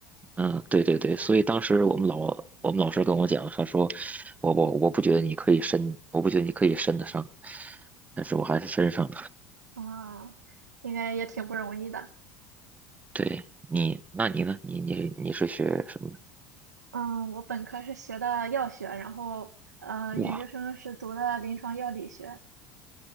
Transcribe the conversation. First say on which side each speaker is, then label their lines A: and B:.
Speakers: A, on the right; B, on the right.
A: 嗯，对对对，所以当时我们老我们老师跟我讲，他说我我我不觉得你可以伸，我不觉得你可以伸得上，但是我还是伸上了。
B: 啊，应该也挺不容易的。
A: 对你，那你呢？你你你是学什么的？
B: 嗯，我本科是学的药学，然后呃，
A: 哇，
B: 研究生是读的临床药理学。